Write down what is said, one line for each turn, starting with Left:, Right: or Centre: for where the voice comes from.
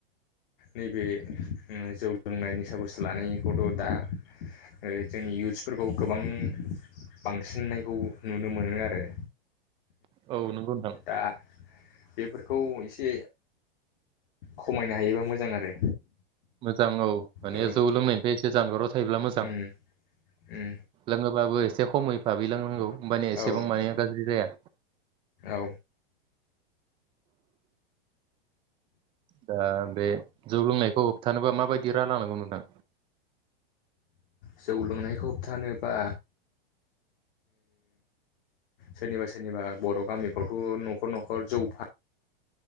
Left: नैबे ओं जौ लोंनाय निसा बुस्थु लानायखौथ' दा ओ जों इउथ्सफोरखौ गोबां बांसिननायखौ नुनो मोनो आरो
Right: औ नोंगौ होनदां।
Left: दा बेफोरखौ इसे खमायनो हायोबा मोज मोजां आरो
Right: मोजां औ माने
Left: ओ
Right: जौ लोंनायनिफाय एसे जानगाराव थायोब्ला मोजां
Left: उम उम
Right: लोङोबाबो एसे खमै बाबैलोंनांगौ ओमबानिे एसेबां
Left: औ
Right: मानिया गाज्रि जाया
Left: औ
Right: दा बे जौ लोंनायखौ होबथानोबा माबायदि राहा लानांगौ नोंथां
Left: जौ लोंनायखौ होबथानोबा सोरनिबा-सोरनिबा बर' गामिफ्रावथ' न'खर-न'खर जौ फा